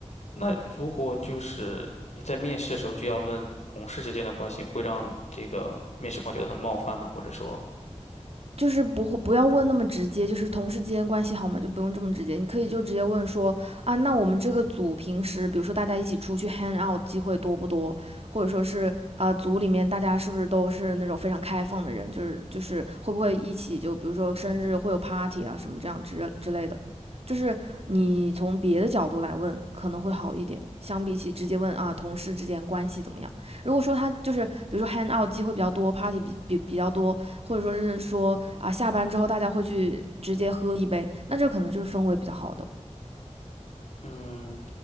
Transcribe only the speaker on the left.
那如果就是你在面试的时候就要问同事之间的关系，会让这个面试官觉得很冒犯吗？或者说，
嗯，